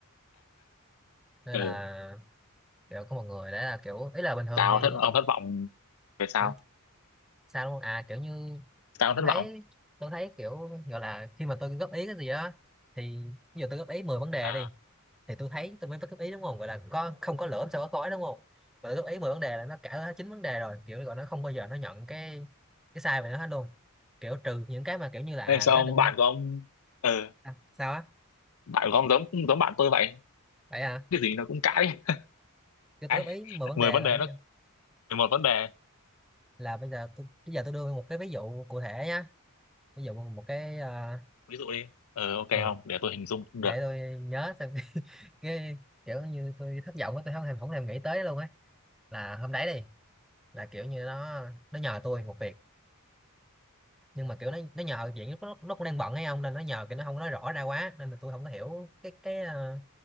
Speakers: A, in the centre; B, on the left.
A: nên
B: ừ
A: là kiểu có một người đấy là kiểu ý là bình thường
B: sao
A: thì
B: thất ông thất vọng về sao
A: hả sao đúng không à kiểu như
B: sao ông
A: tôi
B: thất
A: thấy
B: vọng
A: tôi thấy kiểu gọi là khi mà tôi góp ý cái gì đó thì bây giờ tôi góp ý mười vấn đề
B: à
A: đi thì tôi thấy tôi mới góp ý đúng không gọi là có không có lửa sao có khói đúng không mà tôi góp ý 10 vấn đề là nó cả chín vấn đề rồi kiểu gọi nó không bao giờ nó nhận cái cái sai về nó hết luôn kiểu trừ những cái mà kiểu như là à,
B: thế sao
A: nó
B: ông
A: định
B: bạn của ông ừ
A: à, sao á
B: bạn của ông giống giống bạn tôi vậy
A: vậy à
B: cái gì nó cũng cãi
A: kiểu tôi
B: cãi
A: góp ý 10 vấn
B: mười
A: đề
B: vấn
A: là
B: đề nó mười một vấn đề
A: là bây giờ tôi bây giờ tôi đưa một cái ví dụ cụ thể nhá ví dụ một cái ờ
B: ví dụ đi ờ ok
A: ừ,
B: không để tôi hình dung cũng
A: để
B: được
A: tôi nhớ xem <laughs> cái kiểu như tôi thất vọng á, tôi không thèm không thèm nghĩ tới luôn ấy là hôm đấy đi là kiểu như nó nó nhờ tôi một việc nhưng mà kiểu nó nó nhờ chuyện nó nó cũng đang bận hay không nên nó nhờ cái nó không nói rõ ra quá nên là tôi không có hiểu cái cái ờ,